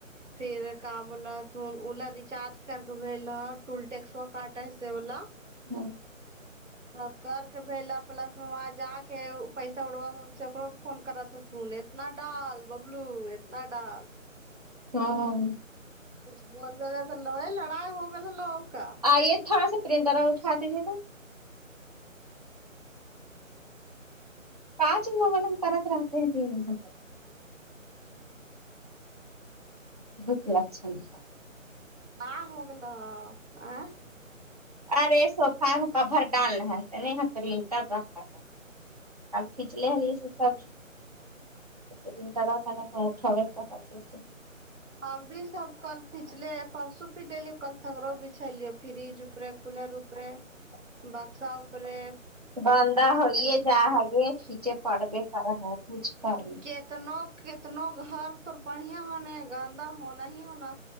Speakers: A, on the right (about 60°); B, on the right (about 30°).
A: <unintelligible>
B: ما
A: سب کر کے بیلا پلس میں وہاں جا کے پیسا اڑوا سےوں میں فون کر اتنا ڈال ببلو اتنا ڈال
B: ھمم
A: کچھ بول دو تو لڑائی ہوگا یہ لوگ کا
B: آئیے تھوڑا سا پرنٹر اٹھا دیجیے گا <unintelligible> <unintelligible>
A: <unintelligible>
B: ارے سوفہ کوور ڈال رہے تہے نہیں یہا پرنٹر رکھا تھا آ کھینچ لیے <unintelligible> <unintelligible>
A: ہم بھی سب کل پچلے پرسوں پٹلی کل سگڑوں بچھلیے فریج اپرے کولر اپرے بکساپرے
B: گندا ہوے جا ہےگے پیچے پڑھ گۓ صالحہ کچھ کرلے
A: کتنا کتنا گھر تو بڑھیا ہونے گانندا ہونا ہی ہونا